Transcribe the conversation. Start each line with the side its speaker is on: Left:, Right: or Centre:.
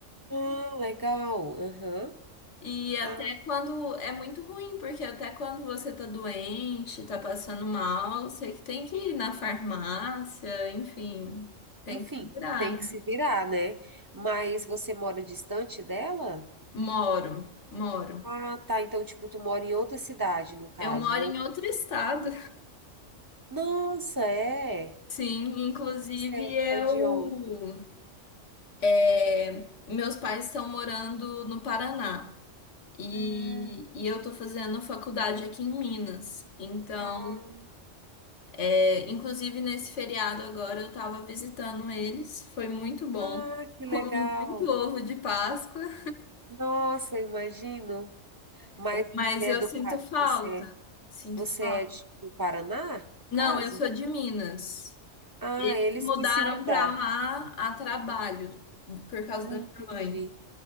Right: Ah, legal. Aham.
Left: E até
Right: Ah,
Left: quando é muito ruim, porque até quando você tá doente, tá passando mal, você que tem que ir na farmácia, enfim, tem
Right: enfim,
Left: que se virar,
Right: tem
Left: né?
Right: que se virar, né? Mas você mora distante dela?
Left: Moro, moro.
Right: Ah, tá. Então, tipo, tu mora em outra cidade, no caso,
Left: Eu moro
Right: não?
Left: em outro estado.
Right: Nossa, é.
Left: Sim, inclusive
Right: Mas você
Left: eu.
Right: é de onde?
Left: É, Meus pais estão morando no Paraná e,
Right: Hum,
Left: e eu tô fazendo faculdade aqui em Minas. Então,
Right: ah,
Left: é, inclusive nesse feriado agora eu tava visitando eles, foi muito bom,
Right: ah, que legal.
Left: muito ovo de Páscoa,
Right: Nossa, imagino. Mas você
Left: mas
Right: é
Left: eu
Right: do
Left: sinto
Right: Pa-
Left: falta.
Right: você,
Left: Sinto
Right: você
Left: falta.
Right: é de- do Paraná, no
Left: Não,
Right: caso?
Left: eu sou de Minas.
Right: Ah, eles
Left: Mudaram
Right: que se mudaram.
Left: pra lá a trabalho por causa
Right: Hum,
Left: da minha
Right: Entendi.
Left: mãe.